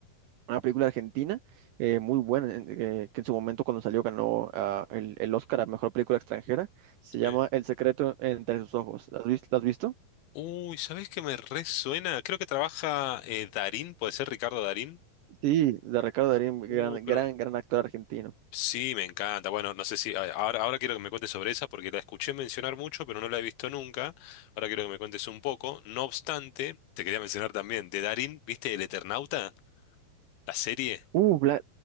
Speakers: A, on the right; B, on the left.
A: una película argentina eh, muy buena, en- eh, que en su momento cuando salió ganó ah, el, el Oscar a Mejor Película Extranjera. Se llama
B: sí.
A: El secreto entre sus ojos. ¿La has vis- la has visto?
B: Uy, ¿sabés qué me resuena? Creo que trabaja eh, Darín, puede ser Ricardo Darín.
A: Sí, de Ricardo Darín, gran,
B: Uy, pero
A: gran, gran actor argentino.
B: sí, me encanta. Bueno, no sé si a- ahora, ahora quiero que me cuentes sobre esa porque la escuché mencionar mucho, pero no la he visto nunca. Ahora quiero que me cuentes un poco. No obstante, te quería mencionar también de Darín, ¿viste El Eternauta? La serie.
A: Uh, la-